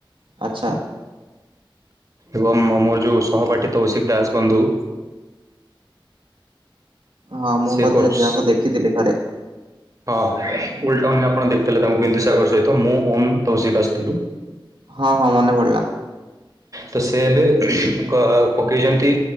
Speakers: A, on the right (about 70°); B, on the right (about 40°).
A: ଆଚ୍ଛା।
B: ଏବଂ ମୋର ଯୋଉ ସହପାଠୀ ତୌଶିକ ଦାସ ବନ୍ଧୁ।
A: ହଁ ମୁଁ
B: ସେ
A: ବୋଧେ
B: କୋର୍ସ
A: ଯାଙ୍କୁ ଦେଖିଥିଲି ଥରେ।
B: ହଁ ଓଲ ଟାଉନରେ ଆପଣ ଦେଖୁଥିଲେ ତାଙ୍କୁ ବିନ୍ଦୁସାଗର ସହିତ ମୁଁ ଓମ୍ ତୌଶିକ ଆସିଥିଲୁ।
A: ହଁ ହଁ ମନେ ପଡିଲା।
B: ତ ସେ ଏବେ କ ପକେଇଛନ୍ତି।